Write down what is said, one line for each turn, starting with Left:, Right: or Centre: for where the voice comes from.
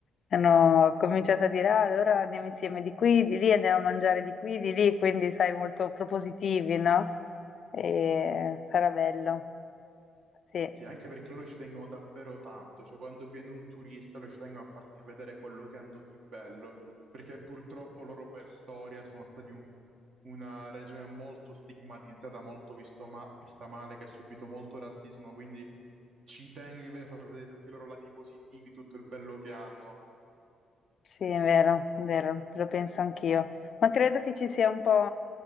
Left: hanno cominciato a dire, "Ah, allora andiamo insieme di qui, di lì, andiamo a mangiare di qui, di lì, quindi, sai, molto propositivi, no? E sarà bello. Sì,
Right: Sì, anche perché loro ci tengono davvero tanto, cioè quando viene un turista loro ci tengono a farti vedere quello che hanno di bello, perché purtroppo loro per storia sono stati un- una regione molto stigmatizzata, molto visto ma- vista male, che ha subito molto razzismo, quindi ci tengo invece a far vedere tutti i loro lati positivi, tutto il bello che hanno.
Left: sì, è vero, è vero, lo penso anch'io. Ma credo che ci sia un po'